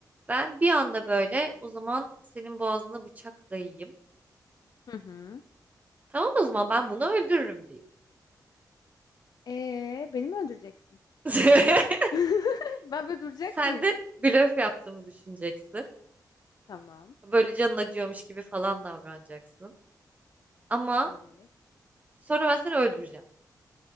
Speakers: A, on the right (about 20°); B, on the left (about 65°).
A: Ben bir anda böyle o zaman senin boğazına bıçak dayayayım.
B: Hı hı.
A: Tamam o zaman ben bunu öldürürüm diyeyim.
B: Ee, beni mi öldüreceksin?
A: <laughs>
B: <laughs> Ben böyle duracak
A: Sen
B: mıyım?
A: de blöf yaptığımı düşüneceksin.
B: Tamam.
A: Böyle canın acıyormuş gibi falan davranacaksın. Ama
B: Evet.
A: sonra ben seni öldüreceğim.